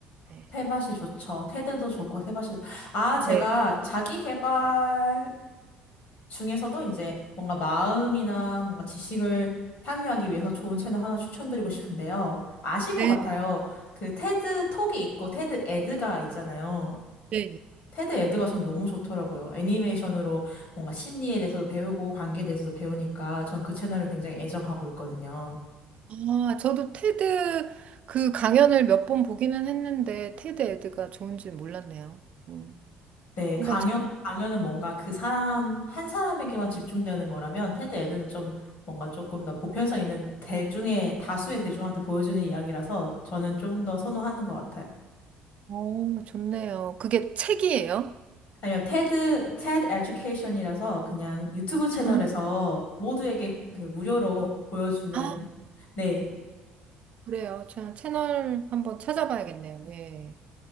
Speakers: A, on the right; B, on the left.
A: 네.
B: 테밭이 좋죠. 테드도 좋고 테밭이 좋- 아, 제가
A: 네.
B: 자기 개발 중에서도 이제 뭔가 마음이나 뭔가 지식을 향유하기 위해서 좋은 채널 하나 추천드리고 싶은데요. 아실 것
A: 네,
B: 같아요. 그 테드 톡이 있고 테드 에드가 있잖아요.
A: 예, 예.
B: 테드 에드가 전 너무 좋더라고요. 애니메이션으로 뭔가 심리에 대해서도 배우고 관계에 대해서도 배우니까 전 그 채널을 굉장히 애정하고 있거든요.
A: 아, 저도 테드 그 강연을 몇 번 보기는 했는데 테드 에드가 좋은 줄 몰랐네요. 음.
B: 네, 강연,
A: 한번 찾아.
B: 강연은 뭔가 그 사람, 한 사람에게만 집중되는 거라면, 테드 에드는 좀 뭔가 조금 더 보편성 있는 대중의, 다수의 대중한테 보여주는 이야기라서 저는 좀 더 선호하는 것 같아요.
A: 오, 좋네요. 그게 책이에요?
B: 아니요, 테드, 테드 에듀케이션이라서 그냥 유튜브 채널에서
A: 아,
B: 모두에게 그 무료로 보여주는,
A: 아,
B: 네,
A: 그래요. 저 채널 한번 찾아봐야겠네요. 예.